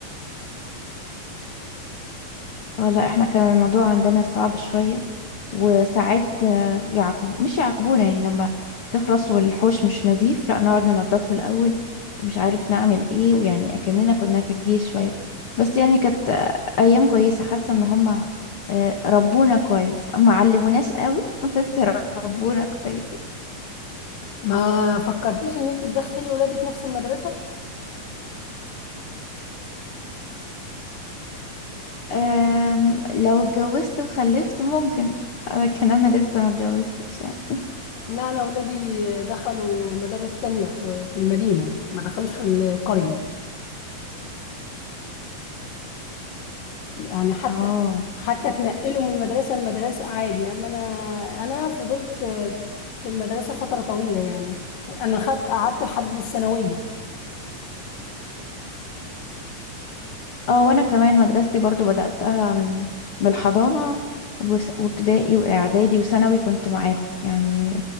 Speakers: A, on the left (about 45°); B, on the left (about 70°).
A: اه لا احنا كان الموضوع عندنا صعب شوية وساعات آه، يعاقبو مش يعاقبونا يعني لما تخلص والحوش مش نظيف لا نقعد ننضفه الأول ومش عارف نعمل ايه ويعني أكننا كنا في الجيش شوية بس يعني كانت آه، أيام كويسة حاسة ان هما آه، ربونا كويس ما علموناش قوي <laughs> بس ربونا كويس
B: ما فكرتيش ان انت تدخلي ولادك نفس المدرسة
A: آم، لو اتجوزت وخلفت ممكن لكن انا لسه ما اتجوزتش يعني
B: لا انا ولادي دخلوا مدارس تانية في في المدينة ما دخلوش في القرية يعني حتى
A: اه
B: حتى تنقله من مدرسة لمدرسة عادي أما أنا أنا فضلت في المدرسة فترة طويلة يعني أنا خدت قعدت لحد الثانوية
A: اه وانا كمان مدرستي برضو بدأتها من من الحضانة وس- وابتدائي واعدادي وثانوي كنت معاهم يعني